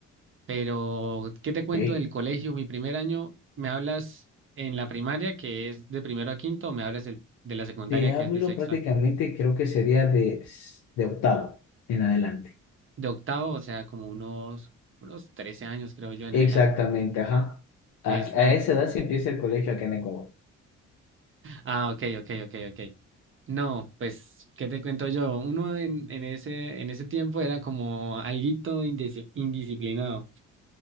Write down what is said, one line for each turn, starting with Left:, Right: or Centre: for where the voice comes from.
Right: Pero, ¿qué te cuento
Left: Ok.
Right: del colegio? Mi primer año, ¿me hablas en la primaria, que es de primero a quinto, o me hablas del- de la secundaria,
Left: Te hablo
Right: que es de sexta,
Left: prácticamente, creo que sería de, s- de octavo en adelante.
Right: de octavo, o sea, como unos, unos 13 años, creo yo, en
Left: Exactamente,
Right: adelante?
Left: ajá. A,
Right: Exacto.
Left: a esa edad se empieza el colegio acá en Ecuador.
Right: Ah, ok, ok, ok, ok. No, pues, ¿qué te cuento yo? Uno en, en ese, en ese tiempo era como alguito indis- indisciplinado.